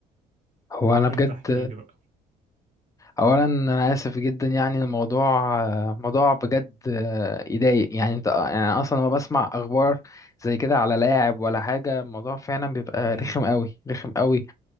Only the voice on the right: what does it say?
أنت احكيلي
بقى